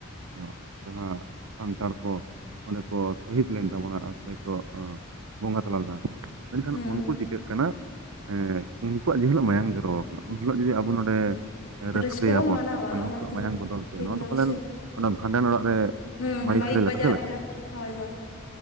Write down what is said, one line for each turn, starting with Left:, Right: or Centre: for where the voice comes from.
Right: <inaudible> ᱥᱟᱱᱛᱟᱲ ᱠᱚ ᱾ ᱚᱸᱰᱮ ᱠᱚ ᱥᱚᱦᱤᱫ ᱞᱮᱱ ᱛᱟᱵᱚᱱᱟ ᱟᱨ ᱥᱮᱠᱚ ᱵᱚᱸᱜᱟ ᱛᱟᱞᱟ ᱞᱮᱱᱟ ᱠᱚ ᱾ ᱢᱮᱱᱠᱷᱟᱱ
Left: ᱦᱩᱸ
Right: ᱩᱱᱠᱩ ᱪᱤᱠᱟᱹᱜ ᱠᱟᱱᱟ ᱮᱸ ᱩᱱᱠᱩᱣᱟᱜ ᱡᱮ ᱦᱤᱞᱳᱜ ᱢᱟᱭᱟᱝ ᱡᱚᱨᱚ ᱠᱟᱱᱟ ᱩᱱ ᱦᱤᱞᱳᱜ ᱡᱩᱫᱤ ᱟᱵᱚ ᱱᱚᱸᱰᱮ
Left: ᱨᱟᱹᱥᱠᱟᱹ
Right: ᱨᱟᱹᱥᱠᱟᱹᱭᱟᱵᱚᱱ
Left: ᱵᱚᱱ ᱢᱟᱱᱟᱣᱟ
Right: ᱢᱟᱱᱮ
Left: ᱚᱱᱟ
Right: ᱩᱱᱠᱩᱣᱟᱜ
Left: ᱫᱚ
Right: ᱢᱟᱭᱟᱝ ᱵᱚᱫᱚᱞ ᱛᱮ
Left: ᱴᱷᱤᱠ
Right: ᱱᱚᱣᱟ
Left: ᱵᱟᱝ
Right: ᱫᱚ ᱯᱟᱞᱮᱱ
Left: ᱥᱮ
Right: ᱚᱱᱟ ᱵᱷᱟᱸᱰᱟᱱ ᱚᱲᱟᱜ ᱨᱮ
Left: ᱦᱩᱸ
Right: ᱢᱟᱹᱭᱤᱠ
Left: ᱦᱩᱸ ᱢᱟᱭᱤᱠ
Right: ᱥᱟᱹᱨᱤ
Left: ᱵᱟᱡᱟᱜ
Right: ᱥᱮ
Left: ᱞᱮᱠᱟ ᱦᱳᱭ ᱦᱳᱭ ᱾